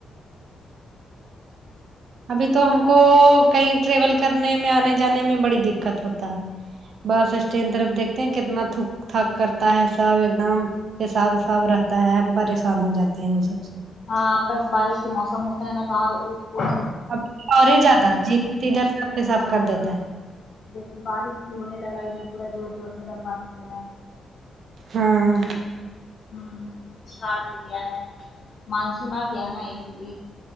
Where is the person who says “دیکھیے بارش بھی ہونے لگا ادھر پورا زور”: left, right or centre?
Left